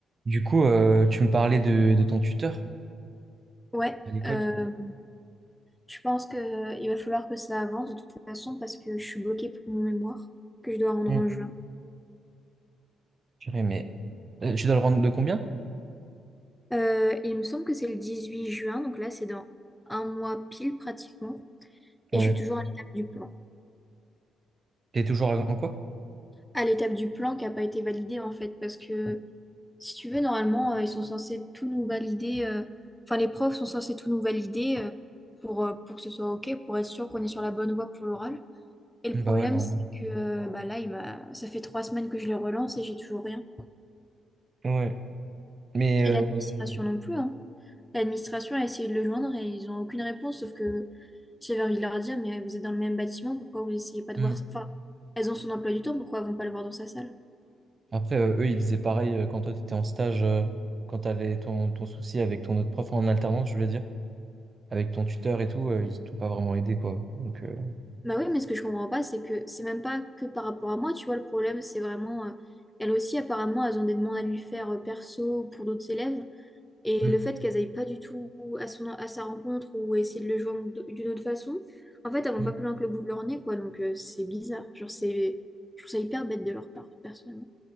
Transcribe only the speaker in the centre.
Ouais,
euh, je pense que il va falloir que ça avance de toute façon parce que je suis bloquée pour mon mémoire que je dois rendre
en juin.
Euh, il me semble que c'est le 18 juin, donc là c'est dans un mois pile pratiquement,
et je suis toujours à l'étape du plan.
À l'étape du plan qui n'a pas été validée en fait, parce que si tu veux, normalement euh, ils sont censés tout nous valider, euh, enfin les profs sont censés tout nous valider euh, pour, euh, pour que ce soit OK, pour être sûr qu'on est sur la bonne voie pour l'oral. Et le
problème,
c'est que euh, bah là, il m'a... ça fait trois semaines que je le relance et j'ai toujours rien.
Et l'administration non plus, hein. L'administration a essayé de le joindre et ils n'ont aucune réponse, sauf que j'avais envie de leur dire, mais vous êtes dans le même bâtiment, pourquoi vous essayez pas de
voir... ça Enfin, elles ont son emploi du temps, pourquoi elles vont pas le voir dans sa salle?
Bah oui, mais ce que je comprends pas, c'est que c'est même pas que par rapport à moi, tu vois, le problème, c'est vraiment... euh, elles aussi, apparemment, elles ont des demandes à lui faire euh, perso ou pour d'autres élèves. Et
le fait qu'elles n'aillent pas du tout à son, à sa rencontre ou essayer de le joindre d- d'une autre façon, en fait, elles vont
pas plus loin que le bout de leur nez, quoi. Donc, euh, c'est bizarre. Genre, c'est, je trouve ça hyper bête de leur part, personnellement.